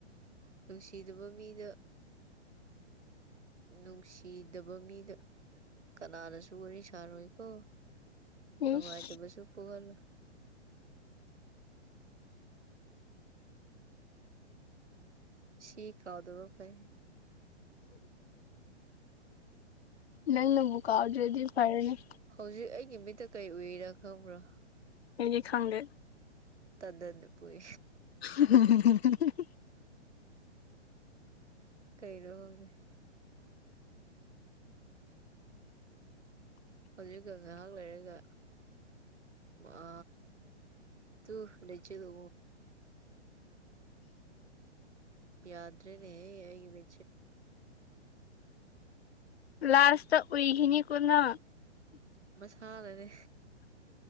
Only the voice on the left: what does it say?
ꯏꯁ
ꯅꯪ ꯅꯪ ꯕꯨꯀꯥꯎꯖꯦ ꯑꯗꯨ ꯐꯔꯦꯅꯦ
ꯑꯦ ꯈꯪꯗꯦ
<inaudible>
ꯂꯥꯁꯇ ꯎꯏꯈꯤꯅꯤ ꯀꯅ